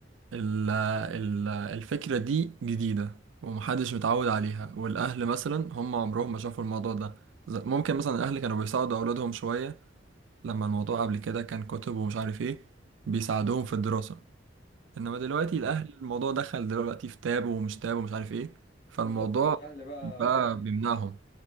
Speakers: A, on the right; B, on the left.
A: ال ال الفكرة دي جديدة ومحدش متعود عليها والأهل مثلا هم عمرهم ما شافوا الموضوع ده ز- ممكن مثلا الأهل كانوا بيساعدوا أولادهم شوية لما الموضوع قبل كده كان كتب ومش عارف إيه بيساعدوهم في الدراسة إنما دلوقتي
B: بز-
A: الأهل الموضوع دخل دلوقتي في تاب ومش تاب ومش عارف إيه فالموضوع
B: بالظبط والاهل بقى
A: بقى بيمنعهم